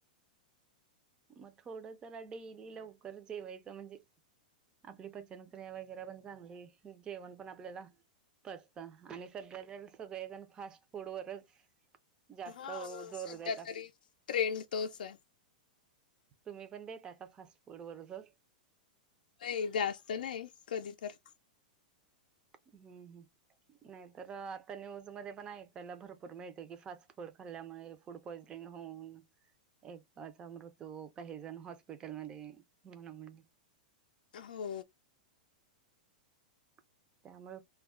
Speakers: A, on the right (about 20°); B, on the left (about 80°).
A: मग थोडं ज डेली लवकर जेवायचं म्हणजे आपली पचनक्रिया वगैरे पण चांगली जेवण पण आपल्याला फस्त आणि सध्या तर सगळेजण फास्ट फूड वरच जास्त
B: हा
A: जोर
B: सध्या
A: देतात
B: तरी ट्रेंड तोच आहे
A: तुम्ही पण देता का फास्ट फूड बरो जर
B: नाही जास्त नाही कधी तर
A: हम्म ह नाहीतर आता न्यूज मध्ये पण ऐकायला भरपूर मिळते की फास्ट फूड खल्ल्यामुळे फूड पॉइझनिंग होऊन एकचा मृत्यू काही जण हॉस्पिटलमध्येध् म्हण म्ह
B: हो
A: त्यामुळे